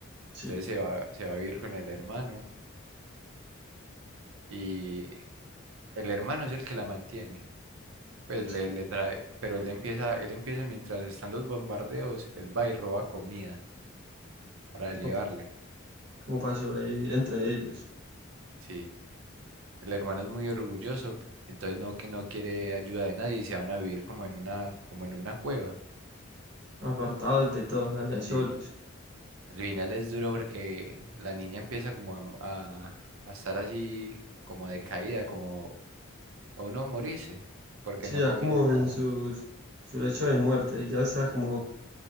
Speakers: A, on the right; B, on the right.
A: Sí,
B: Entonces se va, se va a vivir con el hermano y el hermano es el que la mantiene. Pues
A: sí.
B: le, le trae, pero él empieza, él empieza mientras están los bombardeos, él va y roba comida para
A: Como,
B: llevarle.
A: pa- como para sobrevivir entre ellos.
B: Sí, el hermano es muy orgulloso, entonces no, que no quiere ayuda de nadie y se van a vivir como en una, como en una cueva.
A: Apartados de todos, allá solos.
B: Sí. Al final es duro porque la niña empieza como a, a, a estar así como decaída, como a uno morirse, porque
A: Sí,
B: no
A: ya
B: ha comido
A: como en
B: nada.
A: sus, su lecho de muerte. Y ya sea como.